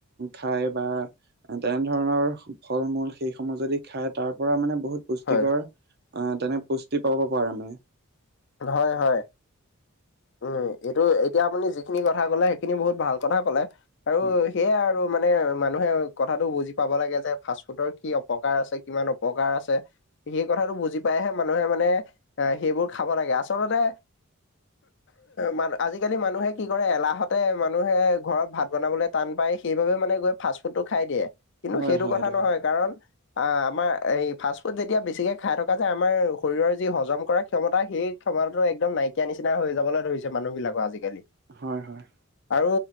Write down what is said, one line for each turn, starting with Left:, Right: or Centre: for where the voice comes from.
Right: খাই বা তেনে ধৰণৰ ফল মূল সেইসমূহ যদি খাই তাৰ পৰা মানে বহুত পুষ্টিকৰ
Left: হয়।
Right: আহ তেনে পুষ্টি পাব পাৰোমে
Left: হয় হয় উ এইটো এই এতিয়া আপুনি যিখিনি কথা কলে সেইখিনি বহুত ভাল কথা ক'লে আৰু
Right: হয়,
Left: সেয়াই আৰু মানে মানুহে কথাাতটো বুজি পাব লাগে যে ফাষ্ট ফুডৰ কি অপকাৰ আছে কিমান অপকাৰ আছে সেই কথাটো বুজি পাইহে মানুহে মানে আহ সেইবোৰ খাব লাগে আচলতে মান আজিকালি মানুহে কি কৰে এলাহতে মানুহে ঘৰত ভাত বনাবলৈ টান পায় সেইবাবে মানে গৈ ফাষ্ট ফুডটো খাই দিয়ে কিন্তু
Right: হয়,
Left: সেইটো
Right: হয়,
Left: কথা
Right: এইটো
Left: নহয়
Right: হয়,
Left: কাৰণ আ আমাৰ এই ফাষ্ট ফুড যেতিয়া বেছিকে খাই থকা যায় আমাৰ শৰীৰৰ যি হজম কৰা ক্ষমতা সেই ক্ষমতাটো একম নাইকিয়া নিচিনা হৈ যাবলৈ ধৰিছে মানুহবিলাকো আজিকালি
Right: হয় হয়
Left: আৰু